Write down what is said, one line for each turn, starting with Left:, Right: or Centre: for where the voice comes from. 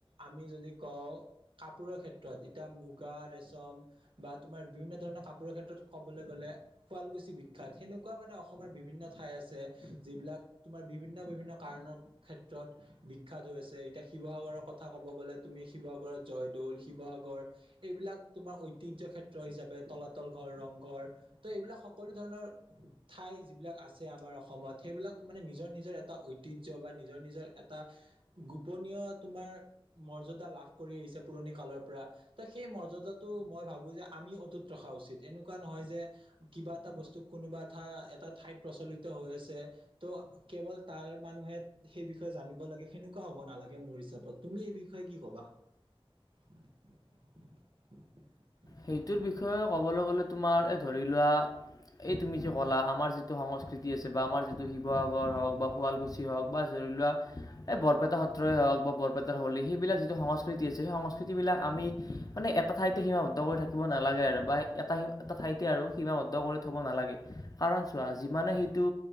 Right: আমি যদি কওঁ। কাপোৰৰ ক্ষেত্ৰত এতিয়া মুগা ৰেচম বা তোমাৰ বিভিন্ন ধৰণৰ কাপোৰৰ ক্ষেত্ৰত। ক'বলৈ গ'লে শুৱালকুছি বিখ্যাত সেনেকুৱা মানে অসমৰ বিভিন্ন ঠাই আছে যিবিলাক তোমাৰ। বিভিন্ন বিভিন্ন কাৰণৰ ক্ষেত্ৰত বিখ্যাত হৈ আছে এতিয়া শিৱসাগৰৰ কথা ক'ব গ'লে তুমি শিৱ। শিৱসাগৰত জয়দৌল শিৱসাগৰ এইবিলাক তোমাৰ ঐতিহ্য ক্ষেত্ৰ হিচাপে তলাতল ঘৰ ৰং। গড় ত' এইবিলাক সকলো ধৰণৰ। ঠাই যিবিলাক আছে আমাৰ অসমত সেইবিলাক মানে নিজৰ নিজৰ এটা ঐতিহ্য বা নিজৰ নিজৰ এটা। গোপনীয় তোমাৰ, মৰ্যদা লাভ কৰি আহিছে পুৰণি কালৰ পৰা ত সেই মৰ্যদা। তো মই ভাবো যে আমি অটুত ৰখা উচিত এনেকুৱা। এনেকোৱা নহয় যে, কিবা এটা বস্তু কোনোবা এটা এটা ঠাইত প্ৰচলিত হৈ আছে ত'। কেৱল তাৰ মানুহে সেই বিষয়ে জানিব লাগে সেনেকুৱা হ'ব নালাগে মোৰ হিচাপত তুমি এই বিষয়ে কি ক'বা। <unintelligible>
Left: সেইটোৰ বিষয়ে ক'বলৈ গ'লে তোমাৰ এই ধৰি লোৱা। এই তুমি যে ক'লা আমাৰ যিটো সংস্কৃতি আছে বা আমাৰ যিটো শিৱসাগৰ হওক বা শুৱালকুছি হওক বা য। লোৱা এই বৰপেটা সত্ৰই হওক বা বৰপেটাৰ হলী সেইবিলাক যিটো সংস্কৃতি আছে সেই সংস্কৃতি বিলাক আমি। মানে এটা ঠাইতে সিমা। থাকিব নালাগে আৰু এটা এ ঠাইতে আৰু সীমাবদ্ধ কৰি নালাগে কাৰণ চোৱা। সে সেইটো